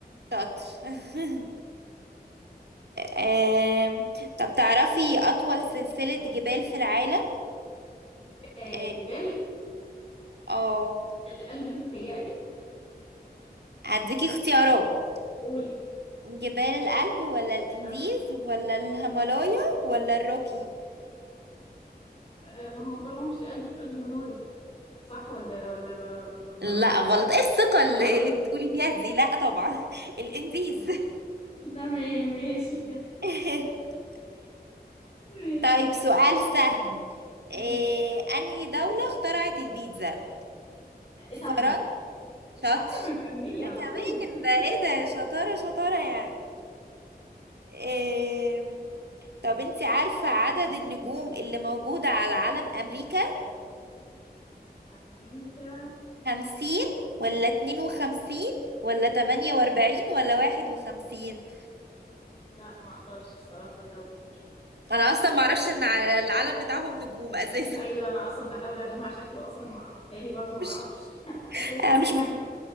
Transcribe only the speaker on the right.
شاطر <laughs> آم، طب تعرفي أطول سلسلة جبال في العالم؟
اه
آه،
هديكي اختيارات
جبال الألب ولا الإنديز
ولا الهيمالايا ولا الروكي
لا
غلط ايه الثقة اللي
اللي بتقولي بيها دي لا طبعا <laughs> الإنديز
<laughs>
طيب سؤال سهل
إيه أنهي دولة اخترعت البيتزا
فرنسا شاطر
ده كمان
ده ايه ده شطارة شطارة يعني إيه... طب انت عارفة عدد النجوم اللي موجودة على علم أمريكا
خمسين ولا اتنين وخمسين ولا تمانية واربعين ولا واحد وخمسين
انا اصلا معرفش ان على العلم بتاعهم نجوم اساسا
<laughs>
مش
آه مش مت...